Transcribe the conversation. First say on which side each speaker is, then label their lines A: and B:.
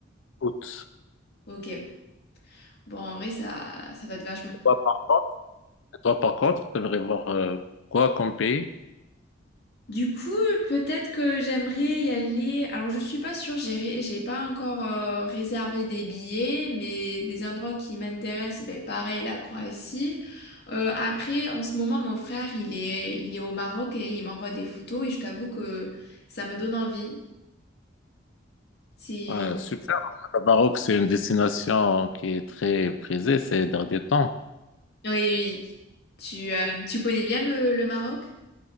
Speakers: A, on the left (about 75°); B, on the left (about 55°).
A: Écoute,
B: Ok. Bon, en vrai, ça, ça doit être vachement...
A: toi par contre, toi, par contre, t'aimerais voir euh, quoi comme pays?
B: Du coup, peut-être que j'aimerais y aller. Alors, je suis pas sûre, j'ai ré- j'ai pas encore euh, réservé des billets, mais des endroits qui m'intéressent, ben, pareil, la Croatie. Euh, après, en ce moment, mon frère, il est, il est au Maroc et il m'envoie des photos et je t'avoue que ça me donne envie. Si...
A: Ah, super. Le Maroc, c'est une destination qui est très prisée ces derniers temps.
B: Oui, oui. oui. Tu, euh, tu connais bien le, le Maroc?